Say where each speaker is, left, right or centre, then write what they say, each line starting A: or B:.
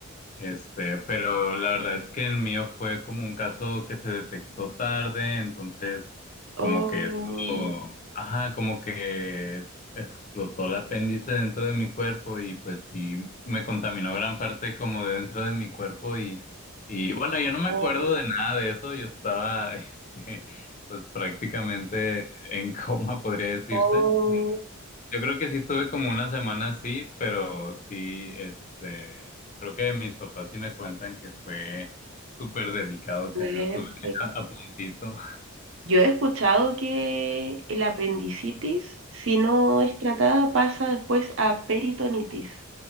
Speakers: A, on the left (about 35°); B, on the right (about 60°).
A: Este, pero la verdad es que el mío fue como un caso que se detectó tarde, entonces como
B: Oh,
A: que eso- ajá, como que explotó el apéndice dentro de mi cuerpo y pues sí me contaminó gran parte como de dentro de mi cuerpo y, y bueno, yo no me
B: oh,
A: acuerdo de nada de eso, yo estaba <laughs> este, pues prácticamente en coma, podría decirse.
B: oh,
A: Yo creo que sí estuve como una semana así, pero sí, este, creo que mis papás sí me cuentan que fue súper delicado,
B: fuerte.
A: que sí estuve <laughs> a, a puntito.
B: Yo he escuchado que el apendicitis, si no es tratada, pasa después a peritonitis.